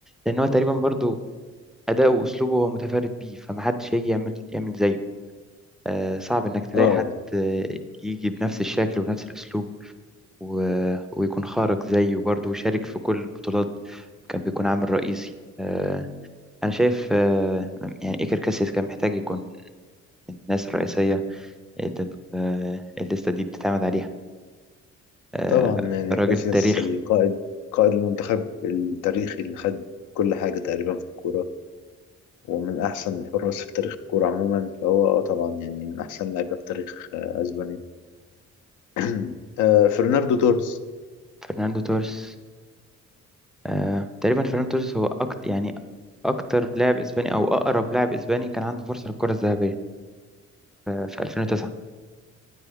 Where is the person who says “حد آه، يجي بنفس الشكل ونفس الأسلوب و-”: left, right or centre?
Centre